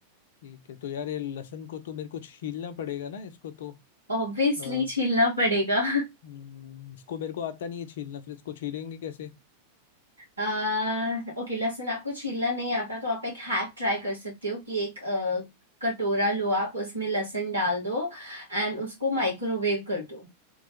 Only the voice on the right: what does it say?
ऑब्वियसली
छीलना पड़ेगा <laughs>
आ, ओके लहसुन आपको छीलना नहीं आता तो आप एक हैक ट्राई कर सकते हो कि एक अ, कटोरा लो आप उसमें लहसुन डाल दो एंड उसको माइक्रोवेव कर दो